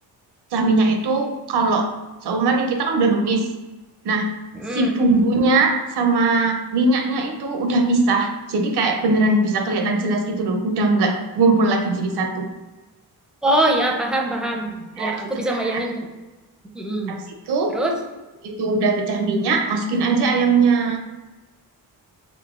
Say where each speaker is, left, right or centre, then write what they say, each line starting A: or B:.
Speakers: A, on the right; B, in the centre.
A: Caminya itu kalau seumpama nih kita kan udah numis. Nah,
B: Hmm.
A: si bumbunya sama minyaknya itu udah pisah. Jadi kayak beneran bisa kelihatan jelas gitu loh. Udah nggak ngumpul lagi jadi satu.
B: Oh ya, paham, paham.
A: Ya
B: Ya,
A: gitu
B: aku bisa
A: kan.
B: bayangin kok. Mm-mm.
A: Habis itu
B: Terus?
A: begitu udah pecah minyak, masukin aja ayamnya.